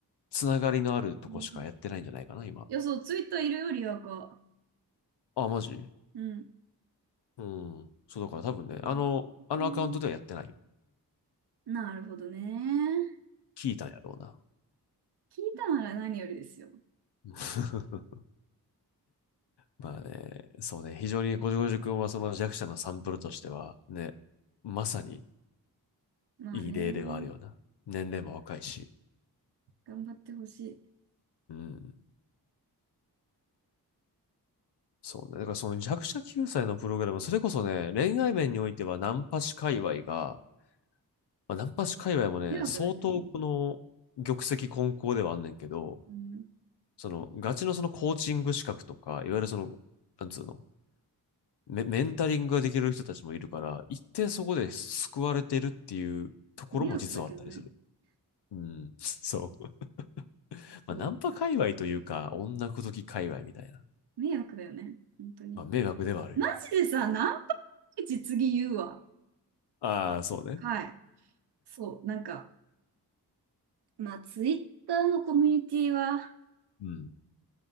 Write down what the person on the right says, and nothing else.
なるほど
いや、そう、ツイッターいるよ、リアカ。
うん。
うん
なるほどね。
聞いたなら何よりですよ。
まあね。
頑張ってほしい。
迷惑だけどね。
うん。
迷惑だけどね。
そうか。
迷惑だよね。本当に。
マジでさ、何パーセンテージ次言うわ。
はい。そう。なんか、まあ、ツイッターのコミュニティは、